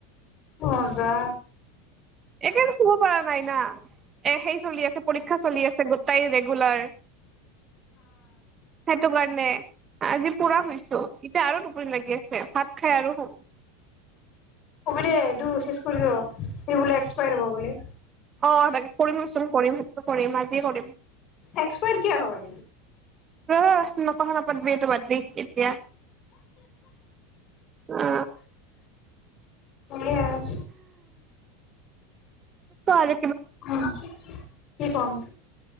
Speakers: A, on the left (about 45°); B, on the right (about 30°).
A: মজা।
B: একে শুব পৰা নাই না এ সেই চলি আছে পৰীক্ষা চলি আছে, গোটাই ৰেগুলাৰ সেইটো কাৰণে আজি পুৰা হৈছো এতিয়া আৰু দুটোপনি লাগি আছে ভাত খাই আৰু শুম।
A: অ'ব দে চেজ কৰি স বোলে এক্সপাই হব বোলে।
B: অ তাকে কৰিমচোন কৰিম স কৰিম আজি কৰিম।
A: এক্সপায়ট কিয় হয়?
B: উম ন প পতমটো বাদি এতিয়া, অ।
A: আহ।
B: তাৰ
A: উম। কি কম?